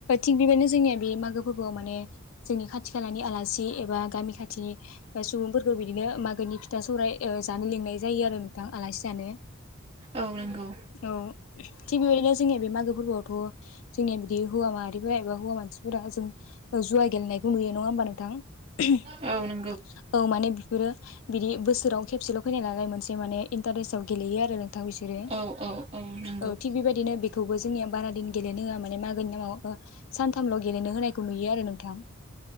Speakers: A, on the left; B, on the right.
A: थिग बेबायदिनो जोंनिया बे मागो फोबबोआव माने जोंनि खाथि खालानि आलासि एबा गामि खाथिनि सुबुंफोरखौ बिदिनो मागोनि फि था सौराय जानो लोंनाय जायो आरो नोंथां आलासि जानो
B: औ नोंगौ
A: औ <unintelligible> थिग बेबायदिनो जोंनिया बे मागो फोरबोआवथ' जोंनिया बिदि हौवा माहारिफोरा एबा हौवा मानसि <unintelligible> जों जुवा गेलेनायखौ नुयो नङा होमबा नोंथां <unintelligible>
B: औ नंगौ
A: औ माने बेफोरो बिदि बोसोराव खेबसेल' फैनाय नालाय मोनसे माने इन्टारेस्टआव गेलेयो आरो नोंथां बिसोरो
B: औ औ औ नों
A: औ थिग बेबायदिनो बे खौबो जोंनिया बारादिन गेलेनो होआ माने मागोनि नामाव सानथामल' गेलेनो होनायखौ नुयो आरो नोंथां